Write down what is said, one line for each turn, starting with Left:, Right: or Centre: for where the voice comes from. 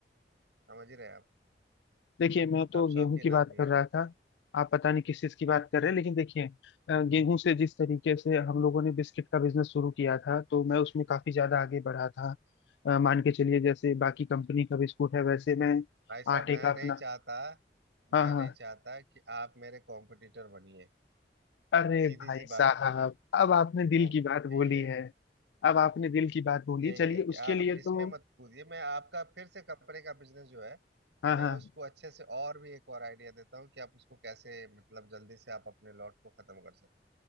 Right: समझ ही रहे हैं आप
Left: देखिए मैं तो
Right: आप शौकीन
Left: गेहूं की बात
Right: आदमी
Left: कर
Right: है
Left: रहा था आप पता नहीं किस चीज की बात कर रहे हैं लेकिन देखिए अ, गेहूं से जिस तरीके से हम लोगों ने बिस्किट का बिजनेस शुरू किया था तो मैं उसमें काफी ज्यादा आगे बढ़ा था अ, मान के चलिए जैसे बाकी कंपनी का बिस्कुट है वैसे मैं
Right: भाई साहब
Left: आटे
Right: मैं
Left: का
Right: नहीं
Left: अपना
Right: चाहता
Left: हाँ
Right: मैं
Left: हाँ
Right: नहीं चाहता कि आप मेरे कॉम्पिटिटर बनिए
Left: अरे
Right: सीधी
Left: भाई
Right: सी
Left: साहब
Right: बात यही है
Left: अब आपने दिल
Right: तो
Left: की बात
Right: यही
Left: बोली
Right: है
Left: है अब आपने दिल की बात बोली
Right: यही
Left: चलिए
Right: है कि
Left: उसके
Right: आप
Left: लिए तो
Right: इसमें मत कूदिए मैं आपका फिर से कपड़े का बिजनेस जो है
Left: हाँ हाँ
Right: मैं उसको अच्छे से और भी एक और आइडिया देता हूँ कि आप उसको कैसे मतलब जल्दी से आप अपने लॉट को खत्म कर सकते